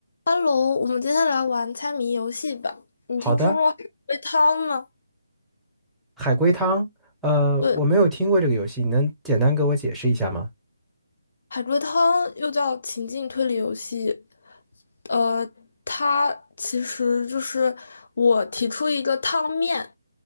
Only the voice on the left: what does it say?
Hello，我们接下来玩猜谜游戏吧。你听说过海龟汤吗？
对，
海龟汤又叫情境推理游戏。呃，它其实就是我提出一个汤面，